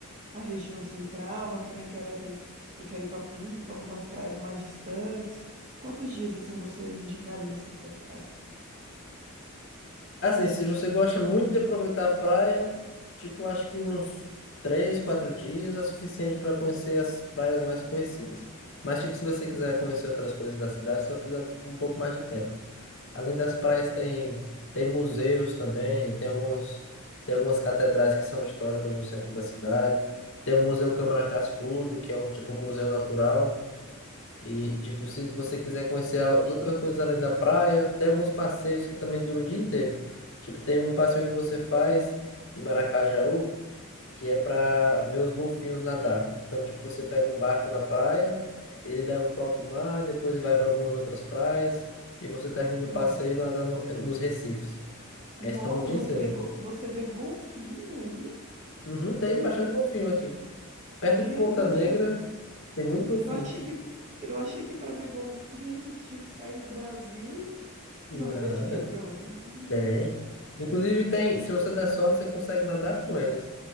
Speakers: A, on the right; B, on the left.
A: a região central, mas também quero essas, eu quero ir para Pipa, algumas praias mais distantes. Quantos dias assim você me indicaria assim para ficar?
B: Assim, se você gosta muito de aproveitar a praia, tipo, eu acho que uns três, quatro dias é suficiente para conhecer as praias mais conhecidas. Mas, tipo, se você quiser conhecer outras coisas da cidade, você vai precisar de um pouco mais de tempo. Além das praias, tem, tem museus também, tem alguns, tem algumas catedrais que são históricas no centro da cidade. Tem o Museu Câmara Cascudo, que é um tipo um museu natural E, tipo, se você quiser conhecer a- outras coisas além da praia, tem alguns passeios que também duram o dia inteiro. Tipo, tem um passeio que você faz em Maracajaú, que é para ver os golfinhos nadar. Então, tipo, você pega um barco na praia, ele leva para alto mar, depois vai para algumas outras praias, e você termina
A: Não.
B: o passeio nadando eh, nos recifes. Aí
A: Nossa,
B: você toma o dia
A: você
B: inteiro.
A: vê go- você vê golfinho aí?
B: Uhum, tem bastante golfinho aqui. Perto de
A: Meu
B: Ponta
A: Deus,
B: Negra,
A: eu,
B: tem muito golfinho.
A: eu achei que eu achei que para ver golfinho a gente tinha que sair do Brasil.
B: Nada.
A: Não acredito. Hum,
B: Tem. Inclusive tem, se você der sorte, você consegue nadar com eles.